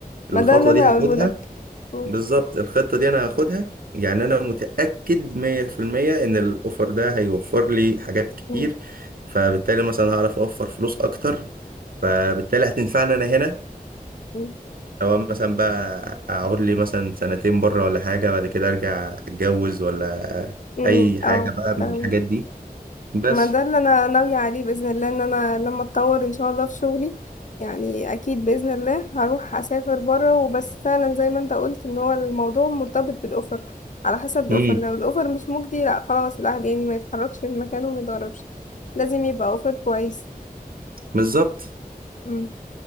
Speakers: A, on the left; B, on the right.
A: ما
B: الخطوه
A: ده اللي انا
B: دي هاخدها
A: هقوله لك م-
B: بالظبط الخطه دي انا هاخدها يعني انا متاكد 100% ان الاوفر ده هيوفر لي حاجات كتير
A: م-
B: فبالتالي مثلا هعرف اوفر فلوس اكتر فبالتالي هتنفعني انا هنا
A: م-
B: او مثلا بقى اقعد لي مثلا سنتين بره ولا حاجه بعد كده ارجع اتجوز ولا
A: م-
B: اي حاجه
A: اه
B: بقى من
A: فاهمة.
B: الحاجات دي بس
A: ما ده اللي انا ناوية عليه بإذن الله ان انا لما اتطور ان شاء الله في شغلي يعني اكيد بإذن الله هروح اسافر بره وبس فعلا زي ما انت قلت ان هو الموضوع مرتبط بالاوفر على حسب الاوفر
B: امم
A: لو الاوفر مش مجدي لا خلاص الواحد يعني ما يتحركش من مكانه وما يتغربش لازم يبقى اوفر كويس
B: بالظبط
A: مم.